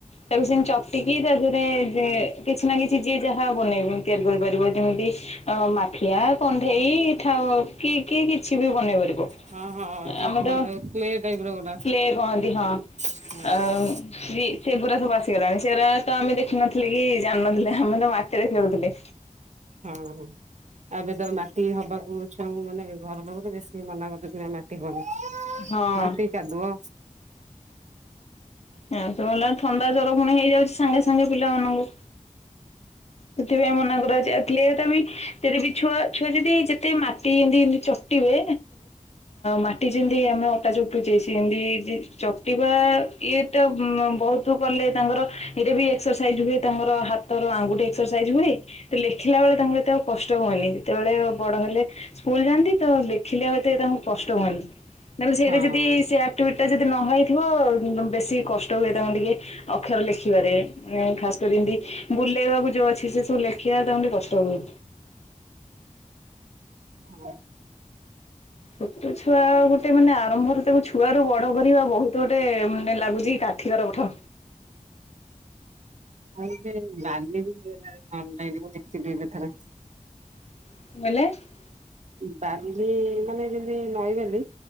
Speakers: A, on the left (about 50°); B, on the right (about 60°).
A: ତାକୁ ସେମି ଚଟିକି ତା ଦେହରେ କିଛି ନା କିଛି ଯିଏ ଯାହା ବନେଇବି। ତିଆରି କରିପାରିବ ଯେମିତି ଅ ମାଠିଆ କଣ୍ଢେଇ ଠ କିଏ କିଏ କିଛି ବି ବନେଇ ପାରିବ।
B: ହଁ ହଁ ଯୋଉ
A: ଆମେ
B: କୁହନ୍ତୁ
A: ତ
B: ପ୍ଲେ ଟାଇପ ର ଗୋଟେ
A: କ୍ଳେ କହନ୍ତି ହଁ।
B: ଆସୁଛି
A: <unintelligible> ସେ ପୁରା ସବୁ ଆସିଗଲାଣି ସେଇଟା ତ ଆମେ ଦେଖିନଥିଲେ କି ଜାଣିନଥିଲେ ଆମେ ତ ମାଟିରେ ଖେଳୁଥିଲେ।
B: ହଁ ହଁ। ଆବେ ତ ମାଟି ହବାକୁ ଛୁଆଙ୍କୁ ମାନେ ଘର ଲୋକ ତ ବେଶୀ ମନା କରୁଚନ୍ତି ନା ମାଟି ହନି।
A: ହଁ
B: ମାଟି କାଦୁଅ
A: ଏ ସବୁ ହେଲା ଥଣ୍ଡା ଜ୍ୱର ପୁଣି ହେଇଯାଉଚି ସାଙ୍ଗେ ସାଙ୍ଗେ ପିଲାମାନଙ୍କୁ। ସେଥିପାଇଁ ମନା କରାଯାଏ। ଆ କ୍ଳେ ଟା ବି ସେ ବି ଛୁଆ ଛୁଆ ଯଦି ଯେତେ ମାଟି ଏମତି ଏମତି ଚକଟିବେ ମାଟି ଯେମିତି ଆମେ ଅଟାଚକଟୁଚେ ସେମତି ଯେ ଚକଟିବା ଇଏଟା ବହୁତ କଲେ ତାଙ୍କର ସେଇଟା ବି ଏକ୍ସରସାଇଜ ହୁଏ ତାଙ୍କର ହାତର ଆଙ୍ଗୁଠି ଏକ୍ସରସାଇଜ ହୁଏ। ତ ଲେଖିଲା ବେଳେ ତାଙ୍କୁ ଏତେ ଆଉ କଷ୍ଟ ହୁଏନି ଯେତେବେଳେ ବଡ ହେଲେ ସ୍କୁଲ ଯାଆନ୍ତି ତ ଲେଖିଲେ ବାଏତେ କଷ୍ଟ ହୁଏନି। ନହେଲେ ସେଇଟା
B: ହଁ। ଆଉ
A: ଯଦି ସେ ଆକ୍ଟିଭିଟିଇସଟା ଯଦି ନ ହେଇଥିବ ବେଶୀ କଷ୍ଟ ହୁଏ ତାଙ୍କ ଟିକେ ଅକ୍ଷର ଲେଖିବାରେ ଖାସକରି ବୁଲେଇବାକୁ ଯୋଉ ଅଛି ସେ ସବୁ ଲେଖିବା ତାଙ୍କୁ ଟିକେ କଷ୍ଟ ହୁଏ।
B: <inaudible>
A: ଛୋଟ ଛୁଆ ଗୋଟେ ମାନେ ଆରମ୍ଭରୁ ତାକୁ ଛୁଆରୁ ବଡ କରିବା ବହୁତ ଗୋଟେ ମାନେ ଲାଗୁଚି କା ଠିକର ପାଠ।
B: ଆଉ ଏ ବାଲି ବି ହୁଏଲାଣି ଅନଲାଇନ ମୁ ଦେଖିବି ଏବେଥରେ।
A: <unintelligible>
B: ବାଲି ମାନେ ଯେମିତି ନଈ ବଲି